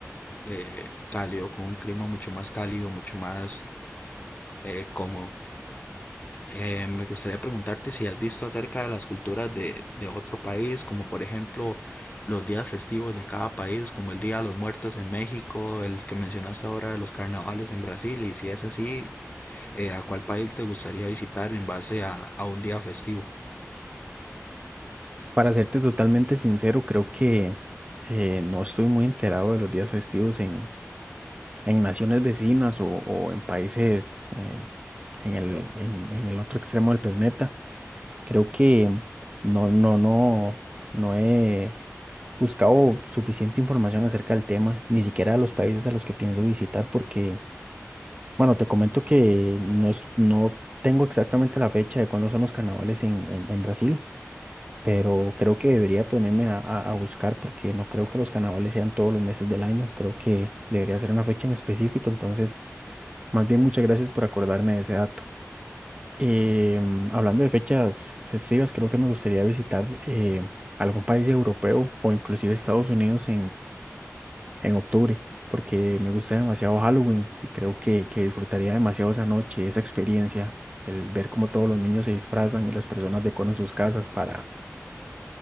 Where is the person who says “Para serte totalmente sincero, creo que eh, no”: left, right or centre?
Right